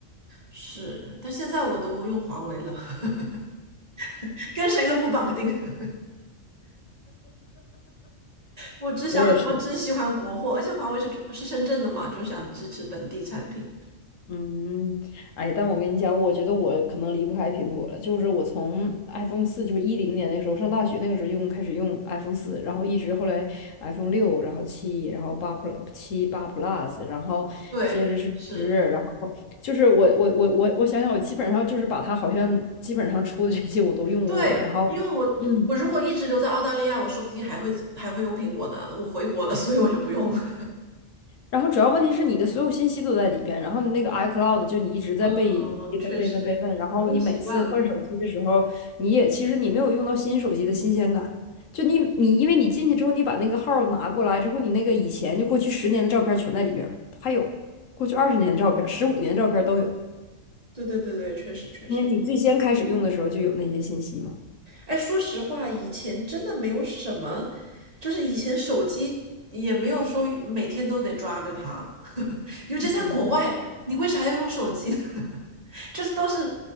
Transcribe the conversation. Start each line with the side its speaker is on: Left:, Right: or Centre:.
Right: 是，但现在我都用华为了，<laughs> 跟谁都不绑定。<laughs> 我只想，
Left: 我也是。
Right: 我只喜欢国货，而且华为是中是深圳的嘛，就是想支持本地产品。
Left: 嗯，哎，但我跟你讲，我觉得我可能离不开苹果了。就是我从 iPhone 四，就是一零年那个时候上大学那个时候用，开始用 iPhone 四，然后一直后来 iPhone 六，然后七，然后八 Plus 七八 Plus，然后接着是十，
Right: 对，是，
Left: 然后就是我我我我我想想，我基本上就是把它好像基本上出的这些我都用过了，
Right: 对，
Left: 然后。
Right: 因为我我如果一直留在澳大利亚，
Left: 嗯。
Right: 我说不定还会还会用苹果呢。我回国了，<laughs> 所以我就不用了。
Left: 然后主要问题是你的所有信息都在里边，然后你那个 iCloud 就你一直在备备份备份备份，
Right: <laughs> 嗯，确实，
Left: 然后你每次换手机的时候，
Right: 用习惯了。
Left: 你也其实你没有用到新手机的新鲜感，就你你因为你进去之后，你把那个号拿过来之后，你那个以前就过去十年的照片全在里边儿还有过去二十年的照片、十五年的照片都有，
Right: 对对对对，确实确实。
Left: 因为你最先开始用的时候就有那些信息嘛。
Right: 哎，说实话，以前真的没有什么，就是以前手机也没有说每天都得抓着它，<laughs> 尤其在国外，
Left: 嗯
Right: 你为啥要用手机呢？<laughs> 就是都是